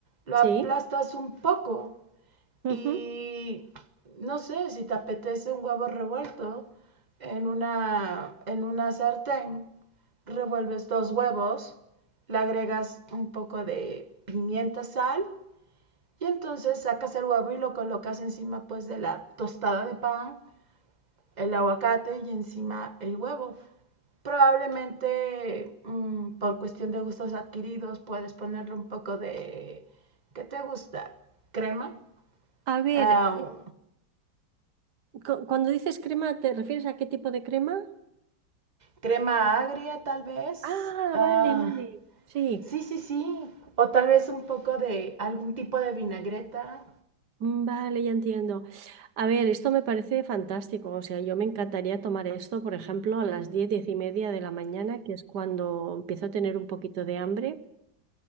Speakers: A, on the right (about 25°); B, on the right (about 60°).
A: lo
B: Sí.
A: aplastas un poco
B: ujú.
A: y no sé, si te apetece un huevo revuelto en una, en una sartén, revuelves dos huevos, le agregas un poco de pimienta, sal, y entonces sacas el huevo y lo colocas encima pues de la tostada de pan, el aguacate y encima el huevo. Probablemente mm, por cuestión de gustos adquiridos puedes ponerle un poco de, ¿qué te gusta? Crema.
B: A ver,
A: Ah,
B: eh, cu- cuando dices crema, ¿te refieres a qué tipo de crema?
A: crema agria tal vez.
B: Ah,
A: Ah,
B: vale, vale. Sí,
A: sí, sí, sí. O tal vez un poco de algún tipo de vinagreta.
B: mm, vale, ya entiendo. A ver, esto me parece fantástico. O sea, yo me encantaría tomar esto, por ejemplo, a las 10 10 y media de la mañana, que es cuando empiezo a tener un poquito de hambre.